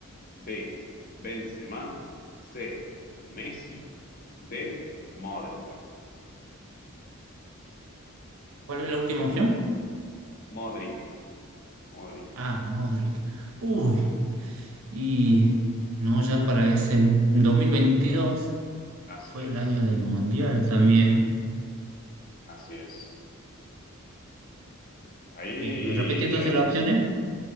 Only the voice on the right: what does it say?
¿Cuál es la última opción?
Ah, Modric. Uy, Y no, ya para ese 2022
fue
el año del Mundial también.
Bien, ¿me repetí entonces
las opciones?